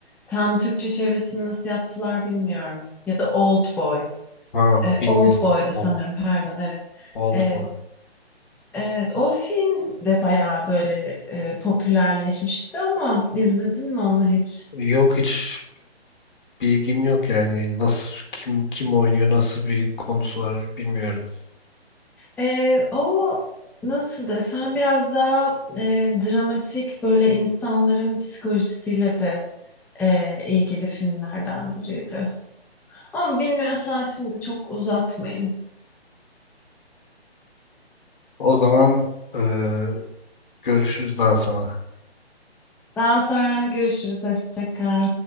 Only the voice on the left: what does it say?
Ha,
bilmiyorum.
O-
oldu
bu.
Yok hiç bilgim yok yani nasıl kim kim oynuyor nasıl bir konusu var bilmiyorum.
O zaman eee, görüşürüz daha sonra.